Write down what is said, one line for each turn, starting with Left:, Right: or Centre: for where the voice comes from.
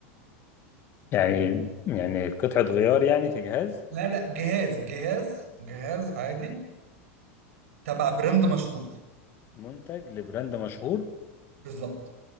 Left: يعني يعني قطعة غيار يعني في جهاز
Right: لا لا جهاز جهاز جهاز عادي تبع براند مشهور
Left: منتج لبراند مشهور
Right: بالظبط